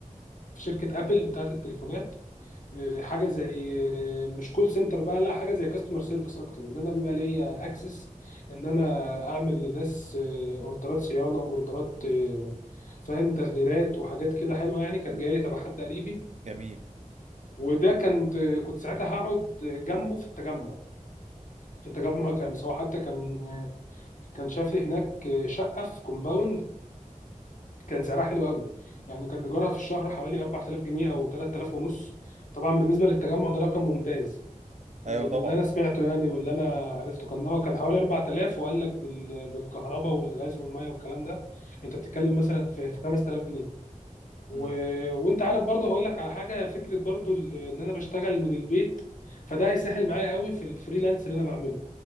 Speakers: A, on the left; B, on the right.
A: في شركة أبل بتاعة التليفونات آه، حاجة زي آه، مش كول سنتر بقى لا حاجة زي كاستمر سيرفيس أكتر إن أنا بيبقى ليا أكسس إن أنا أعمل لناس أوردرات صيانة وأوردرات فاهم تغييرات وحاجات كده حلوة يعني كانت
B: حلو
A: جاية لي تبع حد قريبي
B: جميل
A: وده كنت كنت ساعتها هقعد جنبه في التجمع في التجمع الخامس هو حتى كان كان شاف لي هناك شقة في كومباوند كان سعرها حلو قوي يعني كان إيجارها في الشهر حوالي 4000 جنيه أو 3000 ونص طبعا بالنسبة للتجمع ده رقم ممتاز
B: ايوه
A: آه، من
B: طبعا
A: اللي أنا سمعته يعني واللي أنا عرفته كان أه كان حوالي 4000 وقال لك بال- بالكهرباء والغاز والمية والكلام ده أنت بتتكلم مثلا في في 5000 جنيه و...
B: مم.
A: وانت عارف برضه هقول لك على حاجه فكره برضه ال- ان انا بشتغل من البيت فده هيسهل معايا قوي في الفريلانس اللي انا بعمله